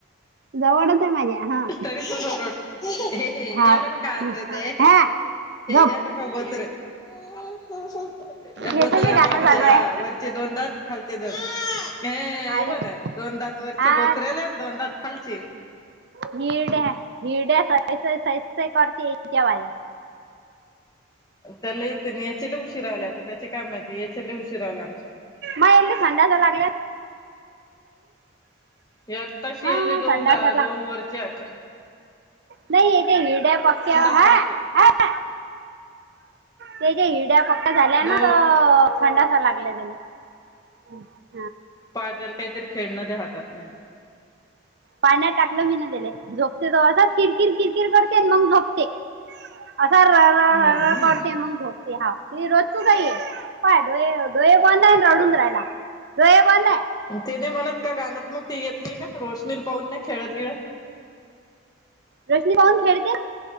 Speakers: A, on the right; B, on the left.
A: जवळच आहे माझ्या हा
B: तरी पण ओर याला याला
A: हो
B: बघ काय हसू येते
A: हा गप
B: याला प बचर-बचरल
A: याचं बी गाणं
B: प आमच्या
A: चालू आहे
B: वर खालचे दोन दात, खालचे दोन हे
A: आले
B: बण दोनदात वरची
A: आ
B: बोचरेल, दोनदात खालचे
A: निड्या निड <inaudible>
B: त्याला येते याच्या उशीरा आले आता त्याचे काय माहिती याच्या लई उशीरा आले आमच्या
A: मग ए खांदा जा लागल्यात
B: ये आत्ताशी
A: हा
B: याले
A: संडासाला
B: दोनदा, दोन वरचे का
A: नाही येथे हिरड्या पक्या
B: चालते
A: हा-हा त्याच्या हिरड्या पक्क्या झाल्या
B: दो
A: ना त संडासा लागला त्याने <unintelligible>
B: पायद्याल काहीतरी खेळणं दे हातात नाहीत.
A: पाळण्यात टाकलं मी ना त्यले झोपते तो असं किरकिर, किरकिर करते मग झोपते. असा र-र-र-र
B: हम्म
A: करते मग झोपते. हा ति रोजचच हाय हे. काय डोळे-डोळे बंद हाय, रडून राहायला डोळे बंद हाय.
B: ते नाही म्हणत का गाण्यात मग ते येत नाही का रोशनीला पाहून नाही खेळत गिळत
A: रोशनी पाहून खेळते